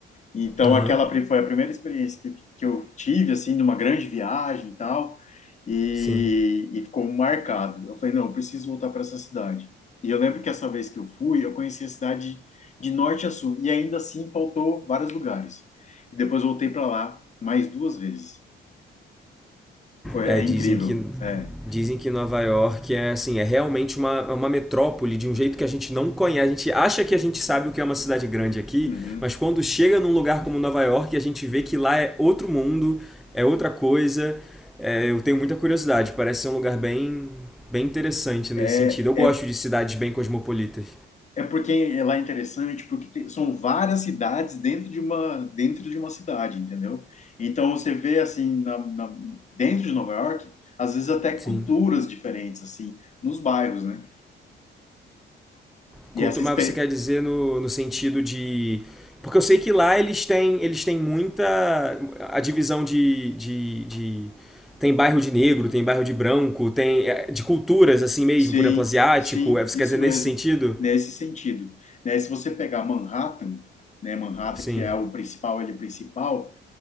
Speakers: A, on the left; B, in the centre.
A: então,
B: Aham.
A: aquela pri- foi a primeira experiência que, que eu tive, assim, de uma grande viagem e tal, e,
B: Sim.
A: e ficou marcado. Eu falei, não, eu preciso voltar para essa cidade. E eu lembro que essa vez que eu fui, eu conheci a cidade de norte a sul, e ainda assim faltou vários lugares. E depois voltei para lá mais duas vezes. Foi,
B: É,
A: é incrível.
B: dizem que
A: É,
B: dizem que Nova York é assim, é realmente uma, uma metrópole de um jeito que a gente não conhece. A gente acha que a gente sabe o que é uma cidade grande aqui,
A: Uhum.
B: mas quando chega num lugar como Nova York, a gente vê que lá é outro mundo, é outra coisa. É, eu tenho muita curiosidade, parece ser um lugar bem bem interessante
A: É,
B: nesse sentido. Eu
A: é
B: gosto de cidades bem cosmopolitas.
A: É porque lá é interessante, porque tem- são várias cidades dentro de uma dentro de uma cidade, entendeu? Então você vê assim na, na- dentro de Nova York, às vezes até
B: Sim.
A: culturas diferentes assim nos bairros, né? E
B: Culto,
A: essa experiência,
B: mas você quer dizer no, no sentido de. Porque eu sei que lá eles têm, eles têm muita. A divisão de, de, de- Tem bairro de negro, tem bairro de branco, tem. é, De culturas, assim mesmo,
A: sim,
B: por exemplo, asiático.
A: sim,
B: É, Você
A: isso
B: quer dizer nesse
A: mesmo,
B: sentido?
A: nesse sentido, né? Se você pegar Manhattan, né? Manhattan
B: Sim.
A: que é o principal, ele é principal,